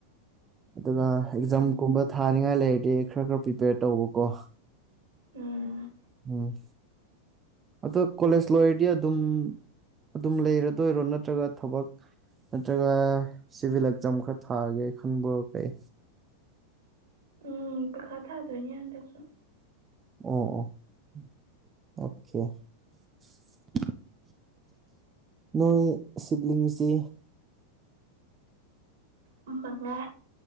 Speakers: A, on the right (about 20°); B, on the right (about 60°).
A: ꯑꯗꯨꯒ ꯑꯦꯛꯖꯥꯝꯒꯨꯝꯕ
B: ꯎꯝ
A: ꯊꯥꯅꯤꯡꯉꯥꯏ ꯂꯩꯔꯗꯤ ꯈꯔ ꯈꯔ ꯄ꯭ꯔꯤꯄꯦꯌꯔ ꯇꯧꯕꯀꯣ
B: ꯎꯝ
A: ꯑꯣ ꯑꯗꯣ ꯀꯣꯂꯦꯖ ꯂꯣꯏꯔꯗꯤ ꯑꯗꯨꯝ ꯑꯗꯨꯝ ꯂꯩꯔꯗꯣꯏꯔꯣ ꯅꯠꯇ꯭ꯔꯒ ꯊꯕꯛ ꯅꯠꯇ꯭ꯔꯒ ꯁꯤꯚꯤꯜ ꯑꯦꯛꯖꯥꯝ ꯈꯔ ꯊꯥꯒꯦ ꯈꯟꯕ꯭ꯔꯣ ꯀꯩ
B: ꯎꯝ ꯄꯈꯥ ꯊꯥꯗꯣꯏꯅꯤ ꯍꯟꯗꯛꯁꯨ
A: ꯑꯣ ꯑꯣ ꯑꯣꯀꯦ ꯅꯣꯏ ꯁꯤꯕ꯭ꯂꯤꯡꯁꯇꯤ
B: ꯃꯉꯥ